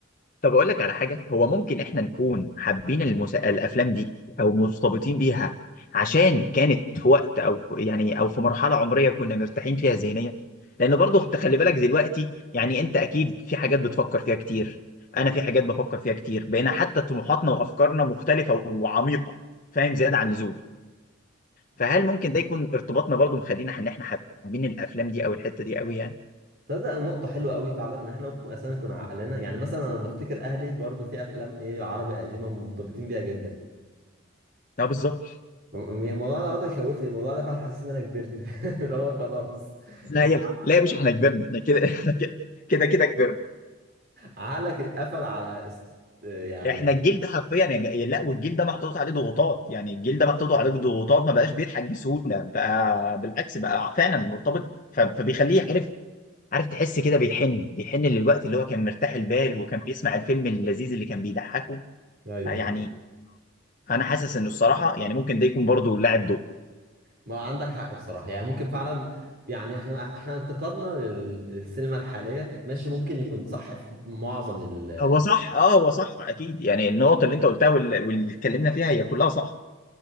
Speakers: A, on the left; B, on the right.
A: طب اقول لك على حاجه هو ممكن احنا نكون حابين المس... الافلام دي او مرتبطين بيها عشان كانت في وقت او في- يعني او في مرحله عمريه كنا مرتاحين فيها ذهنيا لان برضه انت خلي بالك دلوقتي يعني انت اكيد في حاجات بتفكر فيها كتير انا في حاجات بفكر فيها كتير بقينا حتى طموحاتنا وافكارنا مختلفه وعميقه فاهم زياده عن اللزوم فهل ممكن ده يكون ارتباطنا برضه مخلينا ان احنا حابين الافلام دي او الحته دي قوي يعني
B: تصدق نقطة حلوة قوي فعلا ان احنا ممكن اصلا نكون عقلنا يعني مثلا انا لما افتكر اهلي برضو في افلام ايه عربي قديمة مرتبطين بيها جدا
A: اه بالظبط
B: الموضوع ده عامة خوفني الموضوع ده فعلا حسسني ان انا كبرت <laughs> اللي هو خلاص
A: لا
B: انت
A: يا لا يا باشا احنا كبرنا احنا كده <laughs> احنا كده كده كده كبرنا
B: عقلك اتقفل على است... يعني
A: احنا الجيل ده حرفيا يا جا- لا والجيل ده محطوط عليه ضغوطات يعني الجيل ده محطوط عليه ضغوطات ما بقاش بيضحك بسهوله بقى بالعكس بقى فعلا مرتبط ف- فبيخليه عارف عارف تحس كده بيحن بيحن للوقت اللي هو كان مرتاح البال وكان بيسمع الفيلم اللذيذ اللي كان بيضحكه
B: ايوه
A: يعني انا حاسس انه الصراحه يعني ممكن ده يكون برضه لاعب دور
B: ما عندك حق بصراحة يعني ممكن فعلا يعني احنا احنا انتقادنا لل- للسينما الحالية ماشي ممكن يكون صح في معظم ال...
A: هو صح اه هو صح اكيد يعني النقطه اللي انت قلتها وال- واللي اتكلمنا فيها هي كلها صح